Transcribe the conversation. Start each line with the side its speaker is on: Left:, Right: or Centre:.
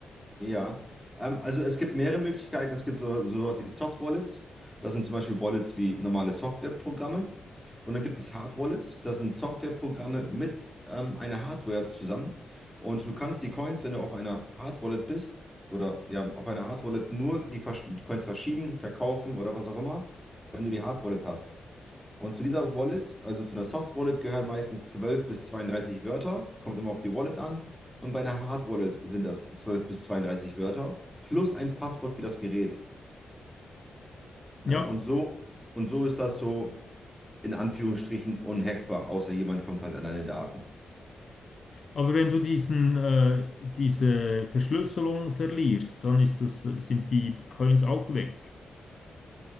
Centre: Ja. Ähm, also es gibt mehrere Möglichkeiten. Es gibt so, sowas wie Soft Wallets. Das sind zum Beispiel Wallets wie normale Softwareprogramme. Und dann gibt es Hard Wallets. Das sind Softwareprogramme mit ähm, einer Hardware zusammen. Und du kannst die Coins, wenn du auf einer Hard Wallet bist, oder ja, auf einer Hard Wallet nur die, Versch- die Coins verschieben, verkaufen oder was auch immer, wenn du die Hard Wallet hast. Und zu dieser Wallet, also zu einer Soft Wallet, gehören meistens 12 bis 32 Wörter, kommt immer auf die Wallet an. Und bei einer Hard Wallet sind das 12 bis 32 Wörter plus ein Passwort für das Gerät. Ne?
Left: ja,
Centre: Und so, und so ist das so in Anführungsstrichen unhackbar, außer jemand kommt halt an deine Daten.
Left: aber wenn du diesen äh, diese Verschlüsselung verlierst, dann ist das, sind die Coins auch weg.